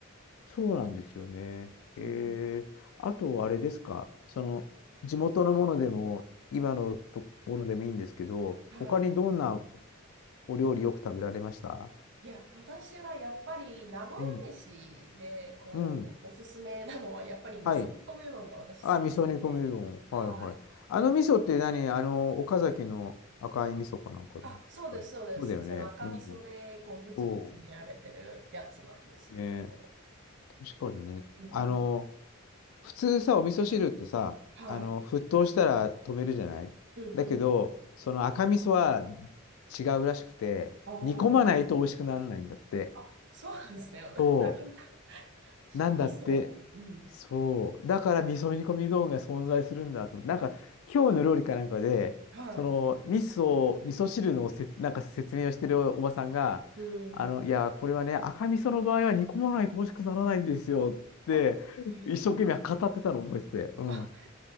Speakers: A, on the left; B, on the right.
A: そうなんですよね。
B: う。
A: えー、
B: うん。
A: あと、あれですか、その、地元のものでも、今のところでもいいんですけど、
B: はい。
A: 他にどんなお料理よく食べられました
B: いや、私はやっぱり名古屋飯で、
A: うん。
B: こう、
A: うん。
B: おすすめなのは、やっぱり味噌煮込みうどんが私すごい好きで。
A: はい。あ、味噌煮込みうどん。
B: はい。
A: はいはい。あの味噌って何あの、岡崎の赤い味噌かなんかの。
B: あ、そうです、
A: はいそうだよね。
B: そうです。その赤味噌で、
A: うん。
B: こう、ぐつぐつ煮られてるやつなんですけど。
A: そう。ね、確かにね。
B: うん。
A: あの、普通さ、お味噌汁ってさ、
B: はい。
A: あの、沸騰したら止めるじゃないだけど、
B: うんうんうん。
A: その赤味噌は違うらしくて、
B: おー。
A: 煮込まないと美味しくならないんだって。
B: あ、そうなんですね。私、
A: そ
B: なかなか <laughs>
A: う。なんだって。
B: 味噌を。うん。
A: そう。だから味噌煮込み道具が存在するんだと思って。なんか、今日の料理かなんかで、
B: はい。
A: その、味噌、味噌汁のせつ、なんか説明をしてるおばさんが、
B: うん。
A: あの、いや、これはね、赤味噌の場合は煮込まないと美味しくならないんですよって、
B: あ、へ
A: 一生懸命語ってたのを覚えてて。
B: え。
A: うん
B: あ、<laughs>